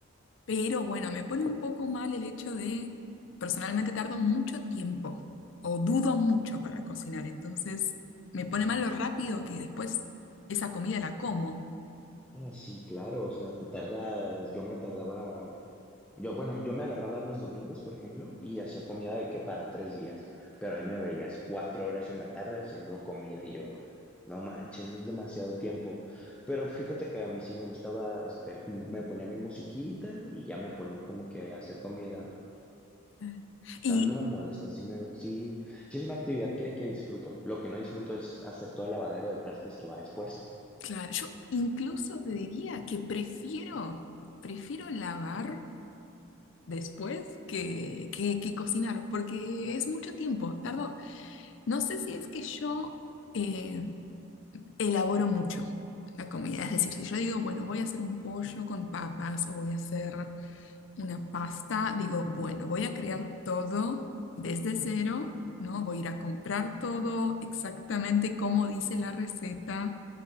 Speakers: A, on the left; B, in the centre.
A: pero bueno, me pone un poco mal el hecho de, personalmente tardo mucho tiempo o dudo mucho para cocinar, entonces me pone mal lo rápido que después esa comida la como.
B: Ah, sí, claro, o sea, te tardas, yo me tardaba Yo, bueno, yo me agarraba los domingos, por ejemplo, y hacía comida de que para tres días, pero ahí me veías cuatro horas en la tarde haciendo comida y yo, no manches, es demasiado tiempo. Pero fíjate que a mí sí me gustaba, este, me ponía mi musiquita y ya me ponía como que a hacer comida.
A: Ah. Y
B: O sea, a mí no me molesta, sí me, sí, sí es una actividad que, que disfruto. Lo que no disfruto es hacer todo el lavadero de trastes que va después.
A: claro, yo incluso te diría que prefiero, prefiero lavar después que, que, que cocinar, porque es mucho tiempo, tardo. No sé si es que yo eh, elaboro mucho la comida. Es decir, si yo digo, bueno, voy a hacer un pollo con papas o voy a hacer una pasta, digo, bueno, voy a crear todo desde cero, ¿no? Voy a ir a comprar todo exactamente como dice la receta